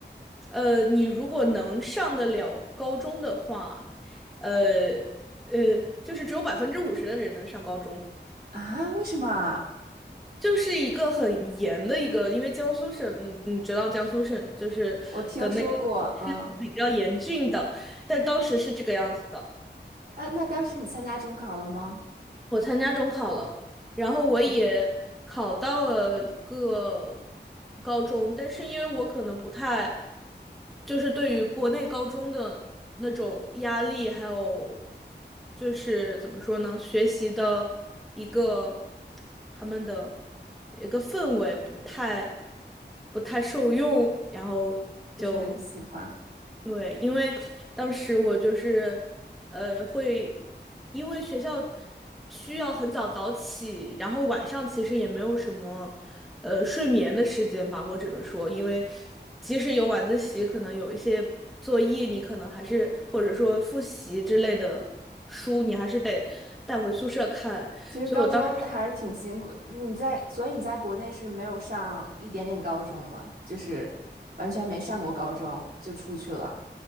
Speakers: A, in the centre; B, on the right (about 55°).
A: 呃，你如果能上得了高中的话，呃呃，就是只有百分之五十的人能上高中，
B: 啊？为什么啊？
A: 就是一个很严的一个，因为江苏省，你你知道江苏省就是的那个是比较严峻的，
B: 我听说过，嗯，
A: 但当时是这个样子的。
B: 那、那当时你参加中考了吗？
A: 我参加中考了，然后我也
B: 嗯，
A: 考到了一个高中，但是因为我可能不太，就是对于国内高中的那种压力，还有就是怎么说呢，学习的一个他们的一个氛围不太不太受用，然后就。
B: 不是很喜欢。
A: 对，因为当时我就是，呃，会因为学校需要很早早起，然后晚上其实也没有什么，呃，睡眠的时间吧，我只能说，因为即使有晚自习，可能有一些作业，你可能还是或者说复习之类的书，你还是得带回宿舍看。
B: 其实高中还是挺辛苦。
A: 所以我当时
B: 你在，所以你在国内是没有上一点点高中吗？就是完全没上过高中就出去了。